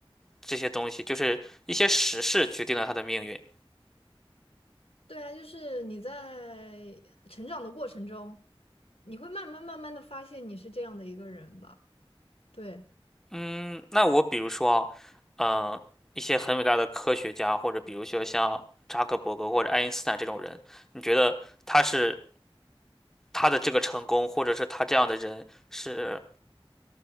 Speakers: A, in the centre; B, on the left (about 80°).
A: 这些东西，就是一些时事决定了他的命运。
B: 对啊，就是你在成长的过程中，你会慢慢慢慢的发现你是这样的一个人吧。对。
A: 嗯，那我比如说，嗯、一些很伟大的科学家，或者比如说像扎克伯格或者爱因斯坦这种人，你觉得他是？他的这个成功，或者是他这样的人是